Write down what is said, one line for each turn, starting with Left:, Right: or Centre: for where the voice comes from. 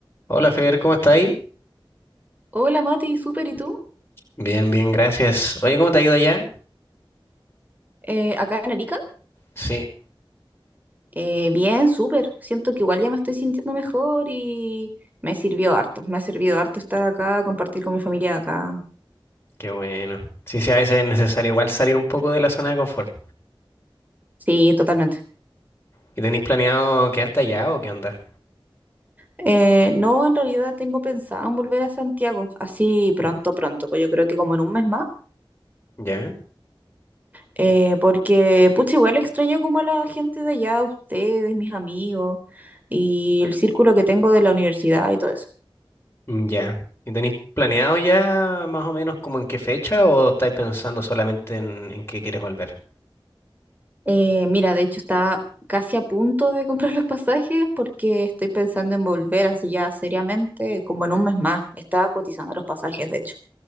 Left: Hola Fer, ¿cómo estáis?
Right: Hola Mati, súper, ¿y tú?
Left: Bien, bien, gracias. Oye, ¿cómo te ha ido allá?
Right: Eh, acá en Arica.
Left: Sí,
Right: Eh, bien, súper. Siento que igual ya me estoy sintiendo mejor y me sirvió harto. Me ha servido harto estar acá, compartir con mi familia acá.
Left: qué bueno. Sí, sí, a veces es necesario igual salir un poco de la zona de confort.
Right: Sí, totalmente.
Left: ¿Y tenéis planeado quedarte allá o qué onda?
Right: Eh, no, en realidad tengo pensado en volver a Santiago, así pronto, pronto, co- yo creo que como en un mes más,
Left: ¿Ya?
Right: Eh, porque pucha, igual extraño como a la gente de allá, ustedes, mis amigos y el círculo que tengo de la universidad y todo eso.
Left: Mm, Ya. ¿Y tenéis planeado ya más o menos como en qué fecha o estáis pensando solamente en, en qué quieres volver?
Right: Eh, mira, de hecho estaba casi a punto de comprar los pasajes porque estoy pensando en volver así ya seriamente, como en un mes más. Estaba cotizando los pasajes, de hecho.